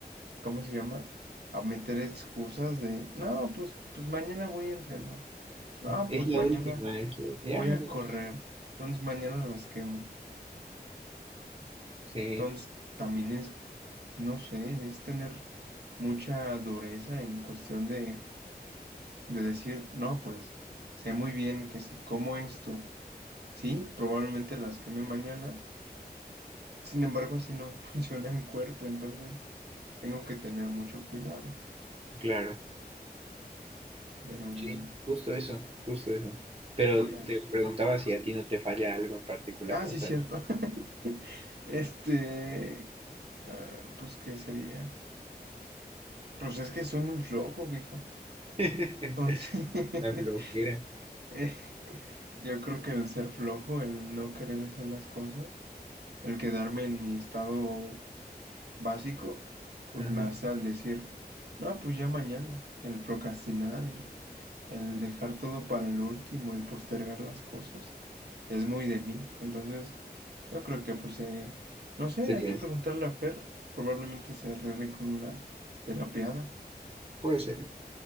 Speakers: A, on the right; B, on the right.
A: ¿cómo se llama? A meter excusas de, no, pues, pues mañana voy a entrenar. Ah,
B: Es
A: pues
B: la
A: mañana
B: última, es la última.
A: voy
B: Ya mañana.
A: a correr. Entonces mañana las quemo.
B: Sí,
A: Entonces también es, no sé, es tener mucha dureza en cuestión de, de decir, no, pues sé muy bien que si como esto, sí, probablemente las queme mañana. Sin embargo, así no <laughs> funciona en cuerpo, entonces tengo que tener mucho cuidado.
B: claro.
A: Pero mm,
B: Sí, justo eso, justo eso. Pero
A: voy a...
B: te preguntaba
A: ajá.
B: si a ti no te falla algo en particular,
A: Ah, sí,
B: o sea,
A: cierto. <laughs> Este, ah, pues, ¿qué sería? Pues es que soy muy flojo, viejo.
B: <laughs>
A: Entonces, <laughs>
B: la flojera.
A: eh, yo creo que el ser flojo, el no querer hacer las cosas, el quedarme en mi estado básico, pues
B: Ajá.
A: me hace al decir, no, pues ya mañana, el procrastinar, el, el dejar todo para el último, el postergar las cosas, es muy de mí. Entonces, yo creo que, pues, eh, no sé,
B: Se
A: hay
B: le
A: que
B: hace.
A: preguntarle a Fer, probablemente se arregle con una terapeada,
B: Puede ser,